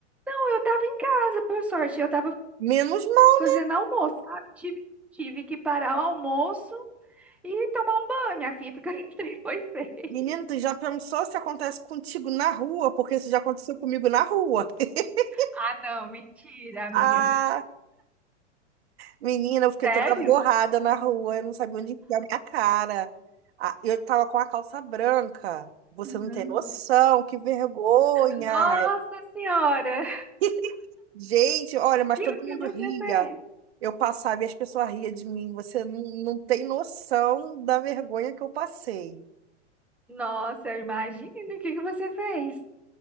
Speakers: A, in the centre; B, on the right (about 60°).
A: Não, eu tava em casa, por sorte. Eu tava
B: Menos mal.
A: fazendo almoço, sabe? Tive, tive que parar o almoço e tomar um banho, minha filha, porque <laughs> o trem foi feio.
B: Menino, tu já pensou se acontece contigo na rua? Porque isso já aconteceu comigo na rua. <laughs>
A: Ah, não, mentira, amiga.
B: Ah! Menina, eu fiquei
A: Sério?
B: toda borrada na rua, eu não sabia onde enfiar minha cara. Ah, eu tava com a calça branca. Você
A: Não.
B: não tem noção, que vergonha.
A: Nossa Senhora!
B: <laughs> Gente, olha, mas
A: E
B: todo
A: o
B: mundo
A: que você
B: ria.
A: fez?
B: Eu passava e as pessoas riam de mim. Você não, não tem noção da vergonha que eu passei.
A: Nossa, eu imagino o que que você fez.